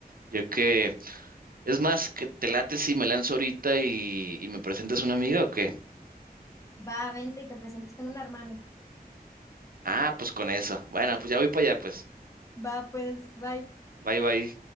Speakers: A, on the right; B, on the left.
A: yo que, es más, que te late si me lanzo ahorita y, y me presentas una amiga o qué.
B: Va, vente y te presento, tengo una hermana.
A: Ah, pues con eso. Bueno, pues ya voy para allá, pues.
B: Va, pues, bye.
A: Bye, bye.